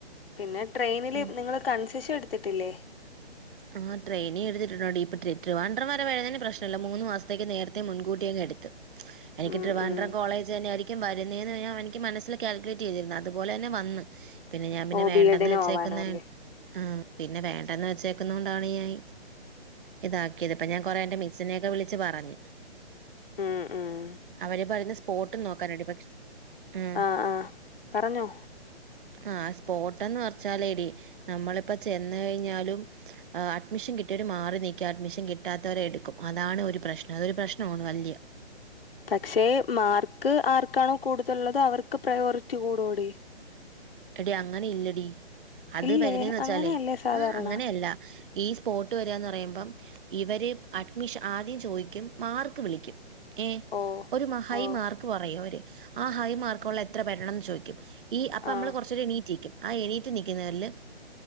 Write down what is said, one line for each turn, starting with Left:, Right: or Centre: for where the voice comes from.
Left: പിന്നെ ട്രെയിനില്
Right: ഉം.
Left: നിങ്ങള് കൺസെഷൻ എടുത്തിട്ടില്ലേ
Right: ആ ട്രെയിനിൻ എടുത്തിട്ടുണ്ടോടി ഇപ്പൊട്രേട്രുവാഡ്രം വരെ വരുന്നതിന് പ്രശ്നല്ല മൂന്ന് മാസത്തേക്ക് നേരത്തെ മുൻകൂട്ടിയങ്ങെടുത്ത് എനിക്ക്
Left: ഉം
Right: ട്രിവാൻഡ്രം
Left: ഉം
Right: കോളേജ് തന്നെ ആയിരിക്കും ക്കും വരുന്നേന്ന് യ്ഞ്ഞാ എനിക്ക് മനസ്സിൽ കാൽക്കുലേറ്റ് ചെയ്തിരുന്നു അതുപലെന്നെ വന്ന് പിന്നെ ഞാൻ പിന്നെ
Left: ഓ
Right: വേണ്ടെന്ന്
Left: ബി എഡിന്
Right: വെച്ചേക്കുന്നേ
Left: പോവാനോ അല്ലേ
Right: ആ പിന്നെ വേണ്ടെന്ന് വെച്ചേക്കുന്നൊണ്ടാണ് ഞാൻ ഇതാക്കിയത് പ്പൊ ഞാൻ കൊറെ എന്റെ മിസ്സിനെക്കെ വിളിച്ചു പറഞ്ഞ്
Left: ഉം ഉം
Right: അവര് പറയുന്നേ സ്പോട്ടും നോക്കാന്ണ്ട് പക്ഷെ ഉം
Left: ആ ആ പറഞ്ഞോ
Right: ആ സ്പോട്ട്ന്ന് വെച്ചാലേടി നമ്മളിപ്പൊ ചെന്ന് കയ്ഞ്ഞാലും ആ അഡ്മിഷൻ കിട്ടിയവര് മാറി നിക്കും അഡ്മിഷൻ കിട്ടാത്തവരെ എടുക്കും അതാണ് ഒരു പ്രശ്നം അതൊരു പ്രശ്നമാണ് വല്യേ
Left: പക്ഷേ മാർക്ക് ആർക്കാണോ കൂടുതലുള്ളത് അവർക്ക് പ്രയോറിറ്റി കൂടൊടി
Right: എടി അങ്ങനെ ഇല്ലെടി അത്
Left: ഇല്ലേ
Right: വരുന്നേന്ന് വെച്ചാലേ
Left: അങ്ങനെയല്ലേ സാധാരണ
Right: ആ അങ്ങനെയെല്ല ഈ സ്പോട്ട് വരാന്ന് പറയുമ്പം ഇവര് അഡ്മിഷ ആദ്യം ചോയ്ക്കും മാർക്ക് വിളിക്കും ഏ
Left: ഓ
Right: ഒരു ഹൈ
Left: ഓ
Right: മാർക്ക് പറയുംഅവര് ആ ഹൈ മാർക്കൊള്ള എത്ര പേര് ഉണ്ടെന്ന് ചോയ്ക്കും ഈ അപ്പൊ
Left: ആഹ്
Right: മ്മള് കുറച്ചേംര എണീറ്റിക്കും ആ എണീറ്റ് നൽക്കുന്നവരില്